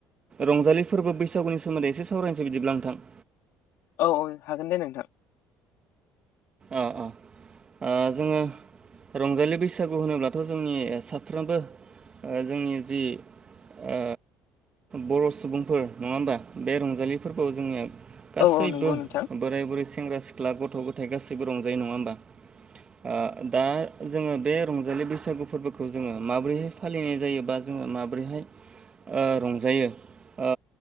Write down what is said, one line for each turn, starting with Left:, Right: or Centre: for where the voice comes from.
Right: रंजालि फोरबो बैसागुनि सोमोन्दै एसे सावरायनोसै बिदिब्ला नोंथां। <inaudible>
Left: औ औ हागोन दे नोंथां।
Right: ओ ओ ओ जोङो रंजालि बैसागु होनोब्लाथ' जोंनि साफ्रोमबो ओ जोंनि जि - ओ बर' सुबुंफोर नङा होमबा बे रंजालिफोरखौ जोङो गासैबो
Left: औ औ नंगौ नोंथां
Right: बोराय बुरै सेंग्रा सिख्ला गथ' गथाय गासैबो रंजायो नङा होमबा? आ दा जोङो बे रंजालि बैसागु फोरबोखौ जोङो माबोरैहाय फालिनाय जायो बा जों जों माब्रैहाय ओ रंजायो। ओ